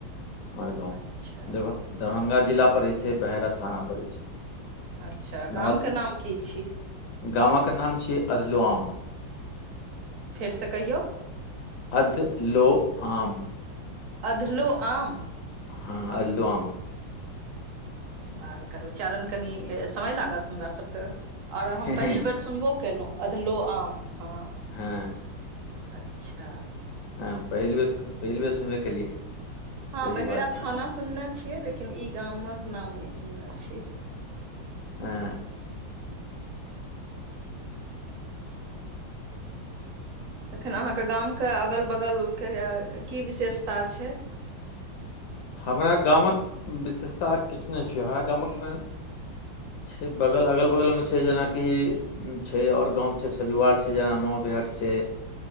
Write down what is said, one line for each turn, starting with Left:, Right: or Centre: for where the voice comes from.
Left: हमर गाँव
Right: अच्छा
Left: दरभंग - दरभंगा जिला पड़ै छै बहेरा थाना पड़ै छै।
Right: अच्छऽ गाम
Left: नवादा
Right: केँ नाम की छी
Left: गामक नाम छिये अधलोआम
Right: फेरसँ कहियौ
Left: अध लो आम
Right: अधलो आम
Left: हँ अलोआम
Right: आ एकर उच्चारण कनि समय लागत हमरा सब कऽ आओर हम
Left: हँ
Right: पहिल बेर सुनबो केलहुँ अधलो आम हँ
Left: हँ
Right: अच्छा
Left: हँ पहिलबे - पहिलबे सुनबे केलियै
Right: हँ
Left: सही
Right: बहेरा
Left: बात छै
Right: थाना सुनने छियै लेकिन ई गामक नाम नय सुनने छियै
Left: हँ
Right: अ तखन अहाँ कऽ गाम कऽ अगल बगल कऽ की विशेषता छै
Left: हमरा गामक विशेषता किछ नय छै हमरा गामकमे छै बगल अगल बगल मे छै जेनाकि छै आओर गाँउ छै सजुआर छै जेना माँवबेहट छै